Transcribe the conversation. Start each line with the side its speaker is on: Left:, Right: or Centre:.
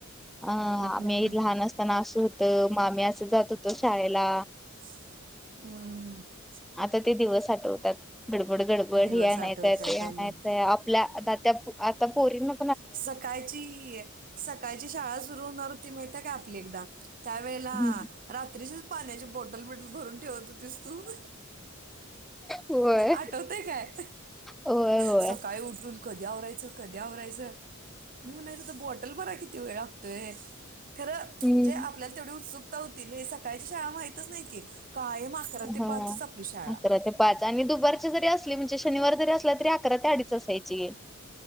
Centre: अ
Right: हम्म.
Centre: आम्ही लहान असताना आस हो अ मामी असं जातो. तो शाळेला
Right: अ
Centre: आता ते दिवस अ ठवतात गडबड गडबड
Right: दिवस
Centre: हे आणायचंय
Right: आठवतात
Centre: ते आणायचंय
Right: आणि
Centre: आपल्या आता त्या त्यात आता पोरीनो
Right: सकाळची सकाळची शाळा सुरू होणार होत ते मिळत का आपली एकदा त्या वेेळेला
Centre: हम्म
Right: रात्रीची पाण्याची बॉटल बिटल भरून ठेवत होतीस तू <inaudible>
Centre: होय
Right: आठवतय काय
Centre: होय होय
Right: सकाळी उठून कधी आवरायचं कधी आवरायचं मी म्हणायचं अता बॉ टल भराय किती वेळ लागतोय खरं
Centre: हम्म
Right: म्हणजे आपल्याला तेवढी उत्सुकता हो तिथे सकाळची शाळा माहितच नाही की. कायम अकरा ते
Centre: हा
Right: पाचच आपली शाळा
Centre: अकरा ते पाच आणि दुपारची जरी असली म्हणजे शनिवार असला तरी अकरा ते अडीच असायची.